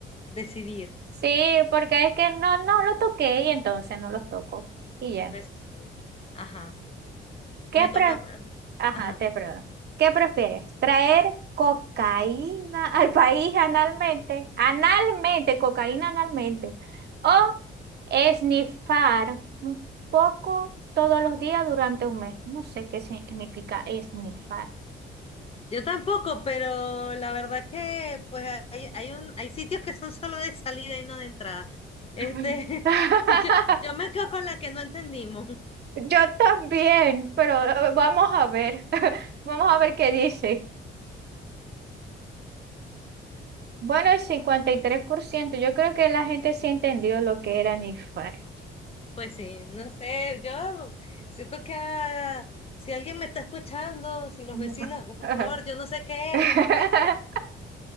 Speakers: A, on the left (about 30°); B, on the right (about 55°).
A: decidir.
B: Sí, porque es que no, no lo toqué y entonces no los toco, y ya.
A: Pues sí. Ajá.
B: ¿Qué,
A: Me toca
B: pre-
A: a mí.
B: Ajá,
A: Ajá.
B: te pregunto. ¿Qué prefieres? ¿Traer cocaína <laughs> al país analmente? Analmente, cocaína analmente. ¿O esnifar un poco todos los días durante un mes? No sé qué significa esnifar.
A: Yo tampoco, pero la verdad que pues hay, hay un, hay sitios que son solo de salida y no de entrada. Este,
B: <laughs>
A: <laughs> yo, yo me quedo con la que no entendimos.
B: Yo también, pero eh, vamos a ver, <laughs> vamos a ver qué dice. Bueno, el 53%. Yo creo que la gente sí entendió lo que era nifar.
A: Pues sí, no sé, yo siento que ah, si alguien me está escuchando, si los
B: <laughs>
A: vecinos, no, por favor, yo no sé qué es, yo no fui.
B: <laughs>